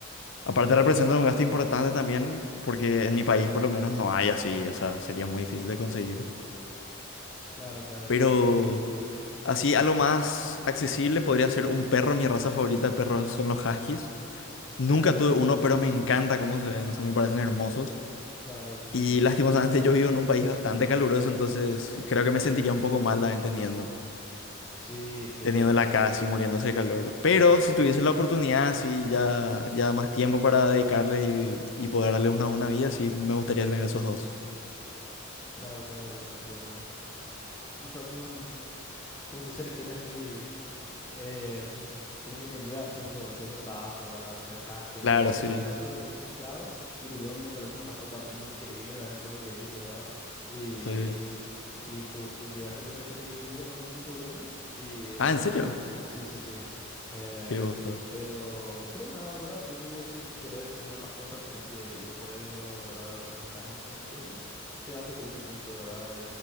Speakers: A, on the left; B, on the left.
A: aparte representa un gasto importante también, porque en mi país por lo menos no hay así, o sea, sería muy difícil de conseguir.
B: Claro, claro,
A: Pero
B: claro.
A: así, a lo más accesible podría ser un perro, mi raza favorita de perros son los huskies.
B: Ok,
A: Nunca tuve uno, pero me encanta cómo se ven, no sé, me parecen hermosos.
B: claro, sí, entiendo.
A: Y lastimosamente yo vivo en un país bastante caluroso, entonces creo que me sentiría un poco mal también teniendo,
B: Sí, sí,
A: teniéndola
B: sí.
A: acá así muriéndose de calor. Pero si tuviese la oportunidad, sí, ya, ya más tiempo para dedicarles y, y poder darles una buena vida, sí, me gustaría tener esos dos.
B: Claro, claro, claro, entiendo. O sea, son como que selecciones muy... eh, como que conllevan cierto, cierto trabajo, ¿verdad? Porque el husky en
A: Claro,
B: un país
A: sí.
B: caluroso es complicado y el hurón me parece una mascota muy increíble también por lo que vi, ¿verdad? Y,
A: sí
B: y co- co- llegué a conocer gente que tuvo en algún punto hurones y eh,
A: Ah, ¿en serio?
B: sí, sí, sí. Eh,
A: Qué gusto.
B: pero, pero nada, ¿verdad? Yo creo que si querés tener una mascota tenés que ir por ello, ¿verdad? O sea, si estás en las condiciones, te va a servir mucho, ¿verdad?